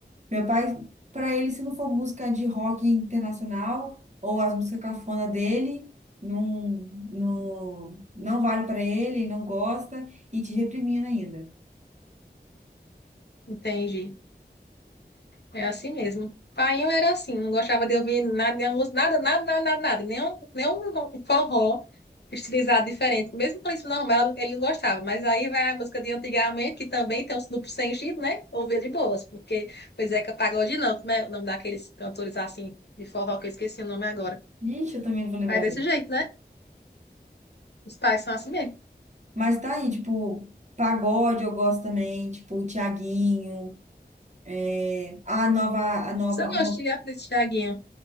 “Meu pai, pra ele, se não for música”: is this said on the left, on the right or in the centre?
Right